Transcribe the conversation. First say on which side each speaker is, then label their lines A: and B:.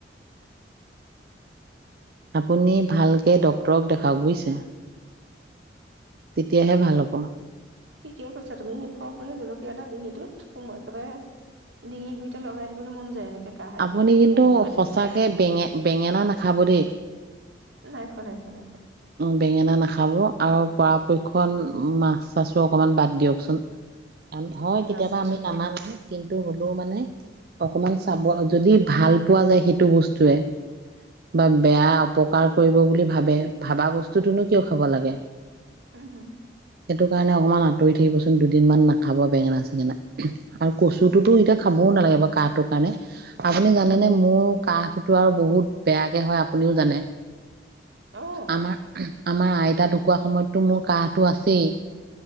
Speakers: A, on the right; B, on the right.
A: আপুনি ভালকে ড্ক্তৰক দেখাওক বুজিছে? তেতিয়াহে ভাল হ'ব।
B: ঠিকেইে কৈছা তুমিফৰ স জলকীয়া এটা ডিঙিটো একেবাৰে ডিঙি গুৰিতে লগাই দিবলৈ মন যায় এনেকে। কাহ আহি
A: আপুনি
B: থাকিলে
A: কিন্তু
B: সৰু হৈ
A: সচাকে
B: থাকিলে
A: বেঙে বেঙেনা নাখাব দেই।
B: নাই খোৱা নাই খোৱা নাই খোৱা।
A: বেঙেনা নাখাব। আৰু পৰাপক্ষত মাছ চাছো অকমান বাদ দিয়কচোন। হয় কেতিয়াবা
B: মাছটো
A: আমি নামানো। কিন্তু হ'লেও মানে অকমান চাব যদি ভাল পোৱা যায় সেইটো বস্তুৱে বা বেয়া অপকাৰ কৰিব বুলি ভাবে ভাবা বস্তুটোনো কিয় খাব লাগে?
B: উম
A: সেইটো কাৰণে অকণমান আঁতৰি থাকিবচোন দুদিন মমান নাখাব অকণমান আঁতৰি থাকিবসোণ দুদিন মান নকাহবো বেঙেনা চেঙেনা। আৰু কচুটোতো এতিয়া খাবও নাগে কাহটোৰ কাৰণে। আপুনি জানেনেে? মোৰ কাহতো আৰু বহুত বেয়াকে হয় আপুনিও জানে।
B: অ
A: আমাৰ আমাৰ আইতা ঢুকোৱাৰ সময়ততো মোৰ কাহটো আছেই!